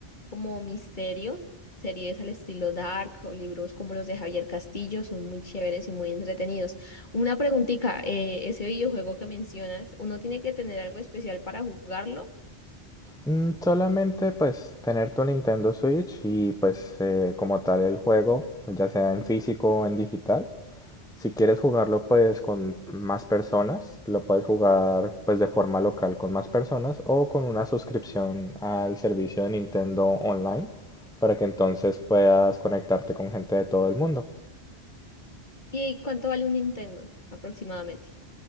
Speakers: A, on the left; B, in the centre.
A: como misterio, series al estilo Dark o libros como los de Javier Castillo, son muy chéveres y muy entretenidos. Una preguntita, eh, ese videojuego que mencionas, ¿uno tiene que tener algo especial para jugarlo?
B: Mm, solamente pues tener tu Nintendo Switch y pues eh, como tal el juego, ya sea en físico o en digital. Si quieres jugarlo pues con más personas, lo puedes jugar pues de forma local con más personas o con una suscripción al servicio de Nintendo Online para que entonces puedas conectarte con gente de todo el mundo.
A: ¿Y cuánto vale un Nintendo aproximadamente?